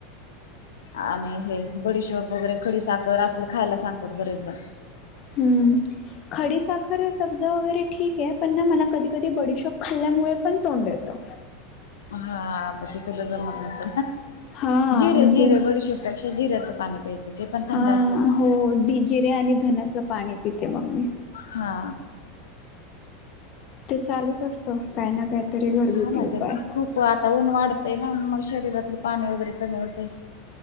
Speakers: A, on the left; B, on the left.
A: आणि हे बडीशोप वगैरे खडी साखर, असंल खायला सांगतात बरेच जण.
B: हम्म खडीसाखरच सब्जा वगैरे ठीक आहे, पण ना मला कधी कधी बडीशोप खाल्ल्यामुळे पण तोंड येतं.
A: हा, म ते तुला जमत नसल
B: हा
A: जिरे
B: म्हणजे
A: जिरे बडिशोप पेक्षा जिऱ्याच पाणी प्यायचं, ते पण थंड
B: हा
A: असतं ना-
B: हो दि जिरे आणि धण्याचं पाणी पिते मग मी.
A: हा..
B: ते चालूच असतं काही ना काहीतरी घरगुती
A: हा ना
B: उपाय
A: त्यात खूप ते आता ऊन वाढतंय ना, मग शरीरातलं पाणी वगैरे कमी होतय